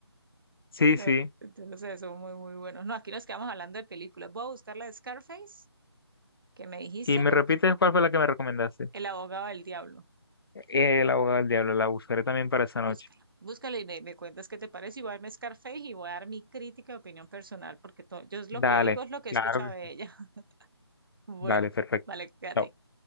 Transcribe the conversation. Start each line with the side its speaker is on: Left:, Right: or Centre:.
Left: sí,
Right: y lo-
Left: sí.
Right: Entonces, son muy, muy buenos. No, aquí nos quedamos hablando de películas. Voy a buscar la de Scarface, que me dijiste,
Left: Y me
Right: porque
Left: repites cuál fue la que me recomendaste.
Right: El abogado del diablo.
Left: Eh, El abogado del diablo, la buscaré también para esa noche.
Right: Búscalo, búscalo y me, me cuentas qué te parece. Y voy a darme Scarface y voy a dar mi crítica y opinión personal, porque to- yo es lo
Left: Dale,
Right: que digo es lo que
Left: claro
Right: he escuchado
Left: que
Right: de
Left: sí.
Right: ella. <laughs> Bueno,
Left: Dale, perfecto.
Right: vale, quédate.
Left: Chao.